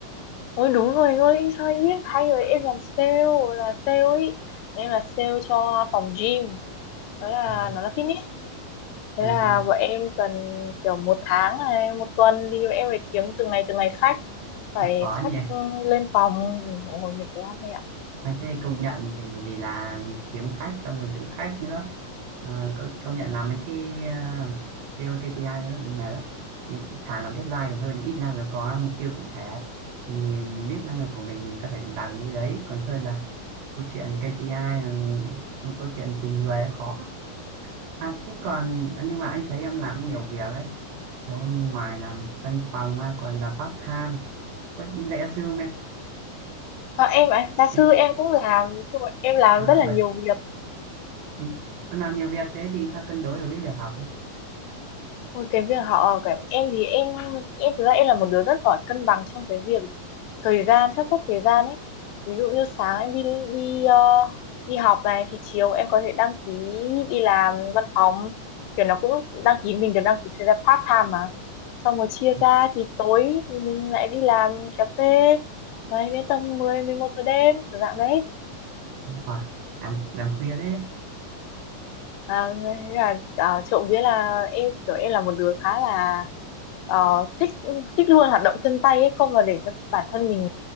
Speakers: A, on the left (about 85°); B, on the right (about 80°).
A: ôi đúng rồi anh ơi sao anh biết hay rồi em làm sale là sale ấy em là sale cho phòng gym đó là
B: Ừ.
A: nó là fitness thế
B: Ừ.
A: là
B: ừ.
A: bọn em cần kiểu một tháng này một tuần đi bọn em phải kiếm từng này từng này khách phải
B: Khó
A: khách
B: nhỉ?
A: ừ, lên phòng Ôi, mình mệt lắm
B: Anh thấy công nhận thì bởi vì là kiếm khách xong rồi giữ khách nữa à, công, công nhận làm mấy cái à, làm sale KPI đấy là mệt lắm nhưng thà làm deadline còn hơn ít ra nó có mục tiêu cụ thể thì mình biết năng lực của mình mình có thể đạt được như đấy còn hơn là câu chuyện KPI là một câu chuyện tình người khó à, thế còn nhưng mà anh thấy em làm nhiều việc đấy Thế em ngoài làm văn phòng ra còn làm part time có dạy giáo sư không em
A: Còn em ạ, gia sư
B: anh
A: em cũng làm, chung là em làm
B: à,
A: rất là
B: bởi
A: nhiều việc.
B: Ừ. Nó làm nhiều việc thế thì sao cân đối được với việc học ấy
A: Một cái việc họ ở cả em thì em em thực ra em là một đứa rất giỏi cân bằng trong cái việc thời gian, sắp xếp thời gian ấy. Ví dụ như sáng em đi đi ờ, đi học này thì chiều em có thể đăng ký đi làm văn phòng. Kiểu nó cũng đăng ký mình được đăng ký thời gian part time mà. Xong rồi chia
B: Ừ.
A: ra thì tối thì mình lại đi làm cà phê. Đấy đến tầm mười mười một giờ đêm kiểu dạng đấy
B: Đúng rồi. làm làm khuya thế
A: À, thế là à, trộm vía là em kiểu em là một đứa khá là ờ, thích thích luôn hoạt động chân tay ấy không mà để cho bản thân mình